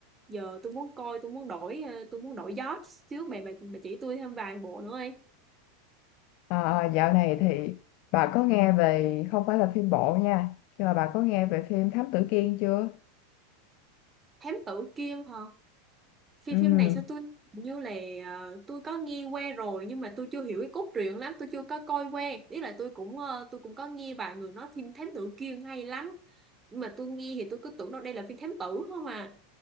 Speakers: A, on the right; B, on the left.
A: Giờ tôi muốn coi, tôi muốn đổi ờ, tôi muốn đổi gió xíu bà bà, bà chỉ tôi thêm vài bộ nữa đi.
B: à, dạo này thì bà có nghe về không phải là phim bộ nha nhưng mà bà có nghe về phim Thám Tử Kiên chưa
A: Thám tử Kiên hả? Phim
B: ừ
A: phim này sao tôi hình như là ờ, tôi có nghe qua rồi nhưng mà tôi chưa hiểu cái cốt truyện lắm, tôi chưa có coi qua. Ý là tôi cũng ờ, tôi cũng có nghe vài người nói phim thám tử kia hay lắm. Nhưng mà tôi nghe thì tôi cứ tưởng đâu đây là phim thám tử không à.